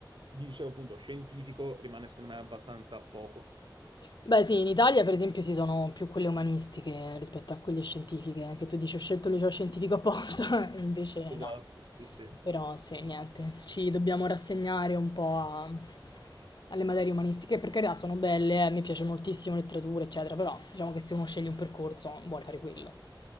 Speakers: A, on the right; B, on the left.
A: vi dicevo appunto, scientifico, rimane secondo me abbastanza poco.
B: Beh, sì, in Italia per esempio ci sono più quelle umanistiche rispetto a quelle scientifiche, eh, che tu dici ho scelto il liceo scientifico apposta, <laughs> e invece
A: Esatto,
B: no.
A: sì, sì.
B: Però sì, niente, ci dobbiamo rassegnare un po' a- alle materie umanistiche, per carità sono belle, eh, mi piace moltissimo letteratura, eccetera, però diciamo che se uno sceglie un percorso vuole fare quello,